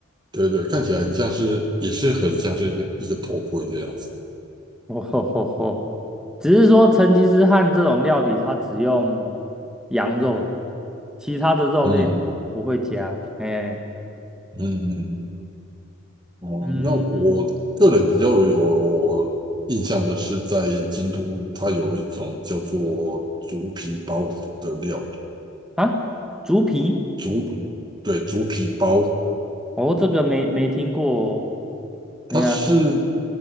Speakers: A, on the right; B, in the centre.
A: 对对，看起来很像是，也是很像是一个一个头盔这样子。
B: 哦吼吼吼。<laughs> 只是说成吉思汗这种料理，它只用羊肉了，其他的肉类不不会加。
A: 嗯
B: 哎、
A: 嗯嗯嗯，哦，
B: 嗯，
A: 那我个人比较有印象的是，在京都，它有一种叫做竹皮包的料理，
B: 啊，猪皮？
A: 竹对竹皮包，
B: 哦，这个没没听过哦。
A: 它是
B: 哎呀，